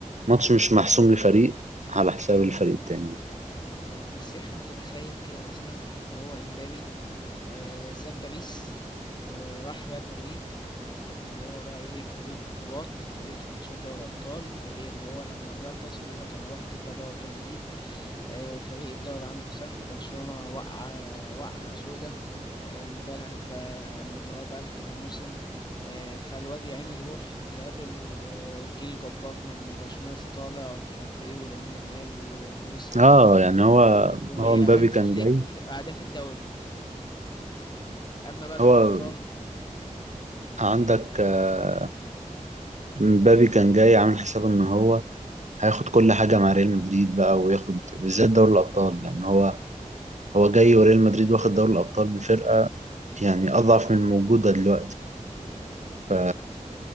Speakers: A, on the right (about 60°); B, on the left (about 35°).
A: ماتش مش محسوم لفريق على حساب الفريق التاني
B: آه، بس يا اخي انت تخيل كده مثلا ان هو امبابي آه ساب باريس وراح ريال مدريد آه اللي هو بقى ايه فريق البطولات فريق ال 15 دوري ابطال فريق اللي هو لما بيعطس بيقول لك انا هروح اجيب بقى دوري ابطال جديد آه، فريق الدوري عنده سهل برشلونة وقعة وقعة سودة آه، بقالها بقى يعني اللي هو بقالها كذا موسم آه، فالواد يا عيني يروح يقابل آه، جيل جبار من برشلونة لسه طالع ومش عارف ايه ولامين يامال ولويس
A: اه يعني هو
B: وهانز
A: هو مبابي كان
B: فليك
A: جاي
B: أهداف الدوري أما بقى دوري
A: هو
B: الأبطال
A: عندك آه، مبابي كان جاي عامل حسابه ان هو هياخد كل حاجه مع ريال مدريد بقى وياخد بالذات دوري الابطال لان هو هو جاي وريال مدريد واخد دوري الابطال بفرقه يعني اضعف من الموجوده دلوقتي ف
B: آه،